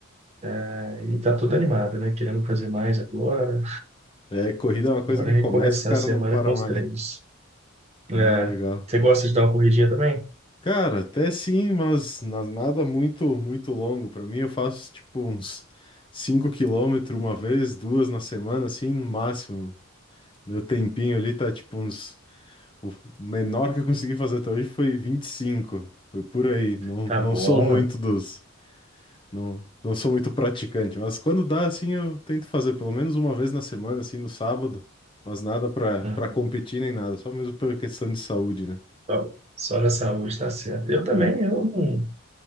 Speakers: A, on the right (about 30°); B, on the left (about 20°).
A: é, e tá toda animada, né? Querendo fazer mais agora.
B: É, corrida é uma coisa
A: Agora
B: que
A: é
B: começa,
A: recomeçar
B: o cara
A: a semana
B: não para
A: com
B: mais,
A: os treinos.
B: né?
A: É,
B: Ah, legal.
A: você gosta de dar uma corridinha também?
B: Cara, até sim, mas na- nada muito muito longo pra mim. Eu faço tipo uns 5 quilômetros uma vez, duas na semana, assim, no máximo. Meu tempinho ali tá tipo uns O menor que eu consegui fazer até hoje foi vinte e cinco Foi por aí. Não,
A: Tá
B: não
A: bom,
B: sou muito dos. Não, não sou muito praticante. Mas quando dá, assim, eu tento fazer pelo menos uma vez na semana, assim, no sábado. Mas nada pra,
A: né?
B: pra competir nem nada. Só mesmo pela questão de saúde, né?
A: só, só na saúde tá certo. Eu também,
B: É.
A: eu não.